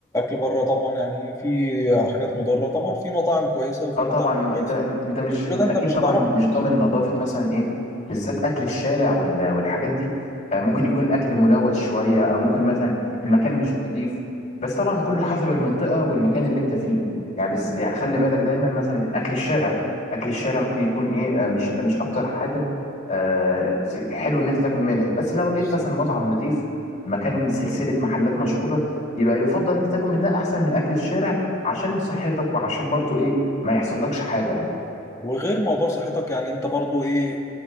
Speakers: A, on the left; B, on the left.
A: بره طبعا يعني في حاجات مضره طبعا في مطاعم كويسه وفي
B: اه طبعا
A: مطاعم مش كويسه
B: انت انت مش
A: كل
B: اكيد
A: ده انت مش
B: طبعا
A: تعرف
B: مش ضامن نظافه مثلا ايه بالذات اكل الشارع وال- والحاجات دي آه، ممكن يكون الاكل ملوث شويه او ممكن مثلا المكان مش نظيف بس طبعا كله حسب المنطقه والمكان اللي انت فيه يعني بز... يعني خلي بالك دايما مثلا من اكل الشارع اكل الشارع ممكن يكون ايه آه، مش مش اكتر حاجه آه، ت- حلو ان انت تاكل منها بس لو لقيت
A: بالظبط
B: مثلا مطعم نظيف مكان سلسله محلات مشهوره يبقى يفضل ان انت تاكل من ده احسن من اكل الشارع عشان صحتك وعشان برضو ايه ما يحصلكش حاجة يعني
A: وغير موضوع صحتك يعني انت برضو ايه